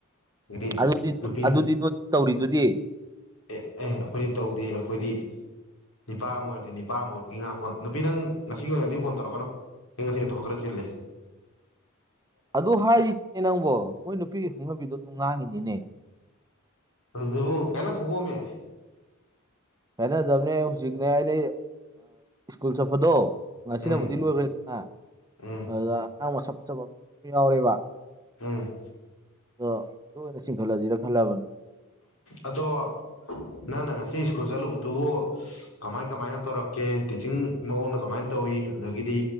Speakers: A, on the left (about 70°); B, on the right (about 15°).
A: ꯑꯗꯒꯤꯗꯤ
B: ꯑꯗꯨꯗꯤ
A: ꯅꯨꯄꯤ
B: ꯑꯗꯨꯗꯤ ꯅꯣꯏ ꯇꯧꯔꯤꯗꯨꯗꯤ
A: ꯑꯦ ꯑꯦ ꯑꯩꯈꯣꯏꯗꯤ ꯇꯧꯗꯦ ꯑꯩꯈꯣꯏꯗꯤ ꯅꯤꯄꯥ ꯑꯃ ꯑꯣꯏꯔꯗꯤ ꯅꯤꯄꯥ ꯑꯃ ꯑꯣꯏꯕꯒꯤ ꯉꯥꯛꯄ ꯅꯨꯄꯤ ꯅꯪ ꯉꯁꯤꯒꯤ ꯑꯣꯏꯅꯗꯤ ꯐꯣꯟ ꯇꯧꯔꯛꯀꯅꯣ ꯆ ꯄꯈ꯭ꯔꯁꯤ ꯂꯩꯦ
B: ꯑꯗꯨ ꯍꯥꯏꯔꯤꯅꯦ ꯅꯪꯕꯣ ꯃꯣꯏ ꯅꯨꯄꯤꯒꯤ ꯍꯨꯍꯕꯤꯗꯣ ꯑꯗꯨꯝ ꯉꯥꯡꯉꯤꯅꯤꯅꯦ
A: ꯖꯕꯨꯣ ꯀꯅꯥ ꯊꯀꯣꯃꯦ
B: ꯈꯦꯅꯗꯕꯅꯦ ꯍꯧꯖꯤꯛꯅꯦ ꯑꯩꯅ ꯁ꯭ꯀꯨꯜ ꯆꯠꯄꯗꯣ
A: ꯎꯝ
B: ꯁꯤꯅꯕꯨꯗꯤ ꯂꯣꯏꯈ꯭ꯔꯦꯗꯅ
A: ꯎꯝ
B: ꯑꯗꯨꯗ ꯑꯉꯥꯡ ꯃꯁꯛ ꯐꯠꯖꯄ ꯌꯥꯎꯔꯦꯕ
A: ꯎꯝ
B: ꯗꯣ ꯗꯨ ꯑꯣꯢꯅ ꯆꯤꯡꯈꯠꯂꯖꯤꯔ ꯈꯜꯂꯕꯅꯤ
A: ꯑꯗꯣ ꯅꯪꯅ ꯉꯁꯤ ꯁ꯭ꯀꯨꯜ ꯆꯠꯂꯨꯕꯗꯨꯕꯨ ꯀꯃꯥꯢ ꯀꯃꯥꯢꯅ ꯇꯧꯔꯛꯀꯦ ꯇꯤꯆꯤꯡ ꯃꯑꯣꯡꯅ ꯀꯃꯥꯏꯅ ꯇꯧꯋꯤ ꯑꯗꯒꯤꯗꯤ